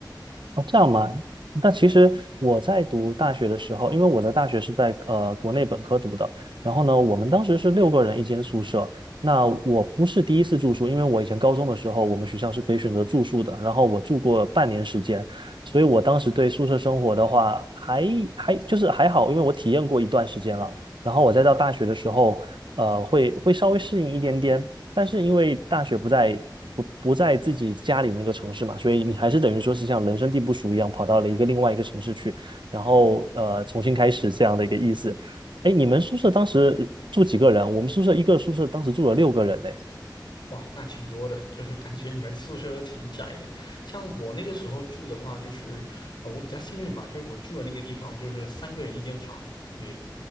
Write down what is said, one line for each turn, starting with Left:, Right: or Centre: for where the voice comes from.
Right: 哦，这样吗？那其实我在读大学的时候，因为我的大学是在呃国内本科读的，然后呢，我们当时是六个人一间宿舍。那我不是第一次住宿，因为我以前高中的时候，我们学校是可以选择住宿的，然后我住过半年时间，所以我当时对宿舍生活的话，还还就是还好，因为我体验过一段时间了。然后我再到大学的时候，呃，会会稍微适应一点点，但是因为大学不在不不在自己家里那个城市嘛，所以你还是等于说是像人生地不熟一样，跑到了一个另外一个城市去，然后呃重新开始这样的一个意思。哎，你们宿舍当时住几个人？我们宿舍一个宿舍当时住了六个人呢。
Left: 哇，那挺多的，就是感觉你们宿舍都挺窄的。像我那个时候住的话，就是，呃，我比较幸运吧，就是我住的那个地方就是三个人一间房，对，